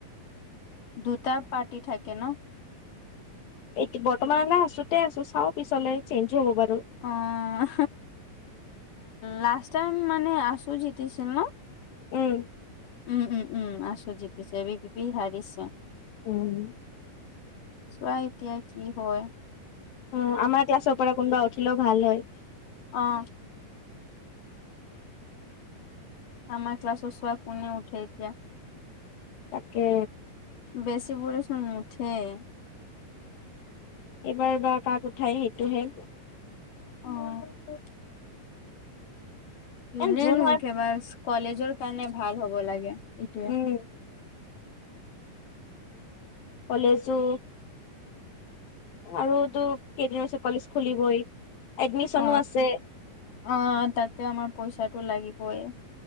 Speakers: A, on the left; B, on the left.
A: দুটা পাৰ্টি থাকে ন?
B: এ বৰ্তমানলৈ আছোতে আছো চাওঁ পিছলে চেঞ্জ হ'ব বাৰু।
A: অ', লাষ্ট টাইম মানে আছো জিতিছিল ন?
B: উম।
A: উম, উম, উম, আছো জিকিছে, এ ভী বি পি হাৰিছে।
B: উম।
A: চোৱা এতিয়া কি হয়।
B: অঁ', আমাৰ ক্লাছৰ পৰা কোনোবা উঠিলেও ভাল হয়।
A: অঁ'। আমাৰ ক্লাছৰ ছোৱা কোনে উঠে এতিয়া।
B: তাকে।
A: বেছি বুৰেছোন নুঠেই।
B: এইবাৰ বা কাক উঠাই সেইটোহে।
A: অ'। যোনে
B: এ জুন
A: নুঠে
B: হয়
A: বা কলেজৰ কাৰণে ভাল হ'ব লাগে। এইটোয়ে
B: উম। কলেজো আৰু তো কেইদিন মান পিছত কলেজ খুলিবই এডমিচনো
A: অ
B: আছে।
A: অ', তাতে আমাৰ পইচা টো লাগিবই।